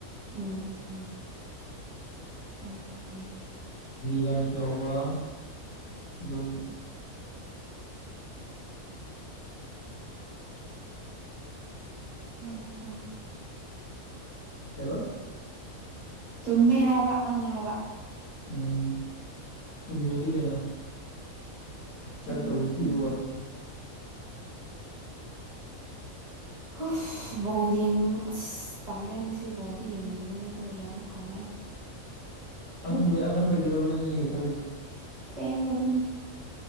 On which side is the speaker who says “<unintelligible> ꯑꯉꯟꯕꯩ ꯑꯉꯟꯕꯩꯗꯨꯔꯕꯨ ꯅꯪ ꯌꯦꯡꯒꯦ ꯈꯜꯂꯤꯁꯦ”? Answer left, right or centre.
Left